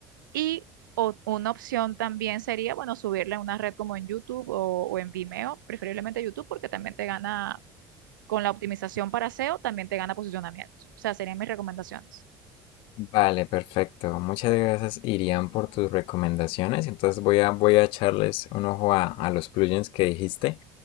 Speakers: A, on the right; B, on the left.
A: Y o- una opción también sería, bueno, subirle a una red como en YouTube o, o en Vimeo, preferiblemente YouTube, porque también te gana, con la optimización para SEO, también te gana posicionamiento. O sea, serían mis recomendaciones.
B: Vale, perfecto. Muchas gracias, Irían, por tus recomendaciones. Entonces voy a, voy a echarles un ojo a, a los plugins que dijiste